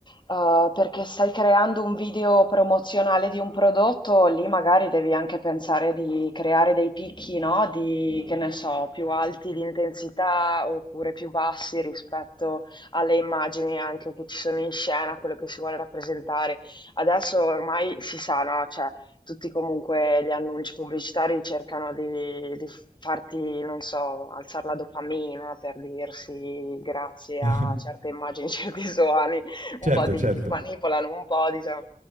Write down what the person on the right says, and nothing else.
<laughs>
Certo,
certo.